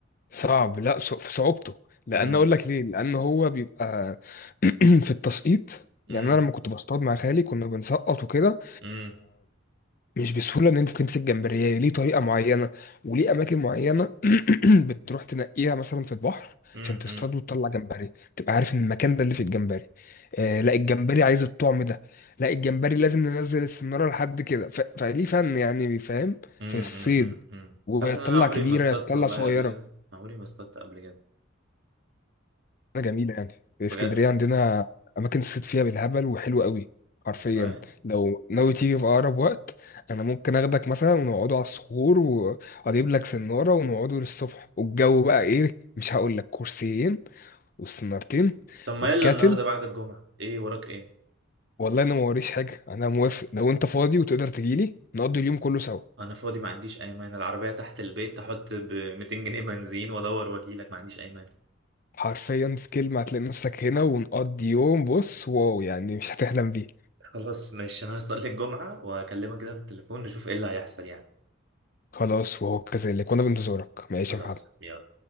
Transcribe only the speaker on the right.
امم
امم
امم
امم
امم
امم
امم
تعرف ان انا عمري
ما اصطدت
والله
قبل كده أنا عمري ما اصطدت قبل كده
بجد
والله
طب ما
يلا النهارده بعد الجمعه ايه وراك ايه
انا فاضي ما عنديش اي مانع العربيه تحت البيت احط ب 200 جنيه بنزين وادور وكيلك ما عنديش اي مانع
خلاص ماشي انا هصلي الجمعة واكلمك كده في التليفون نشوف ايه اللي هيحصل يعني
خلاص
يلا